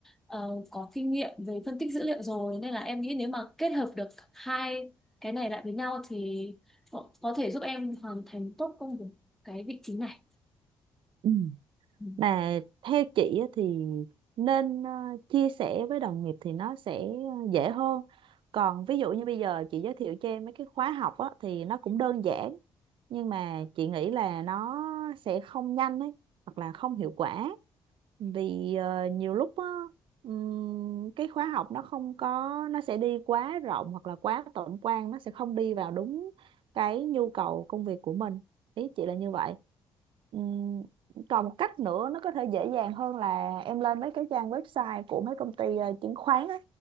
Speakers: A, in the centre; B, on the right.
A: ờ, có kinh nghiệm về phân tích dữ liệu rồi nên là em nghĩ nếu mà kết hợp được hai cái này lại với nhau thì có có thể giúp em hoàn thành tốt công việc cái vị trí này
B: Ừ.
A: Ừ.
B: Mà theo chị á thì nên ờ, chia sẻ với đồng nghiệp thì nó sẽ dễ hơn. Còn ví dụ như bây giờ chị giới thiệu cho em mấy cái khóa học á thì nó cũng đơn giản nhưng mà chị nghĩ là nó sẽ không nhanh ấy hoặc là không hiệu quả vì ờ, nhiều lúc á ừm, cái khóa học nó không có nó sẽ đi quá rộng hoặc là quá tổng quan nó sẽ không đi vào đúng cái nhu cầu công việc của mình ý chị là như vậy Ừm, còn một cách nữa nó có thể dễ dàng hơn là em lên mấy cái trang website của mấy công ty ờ, chứng khoán á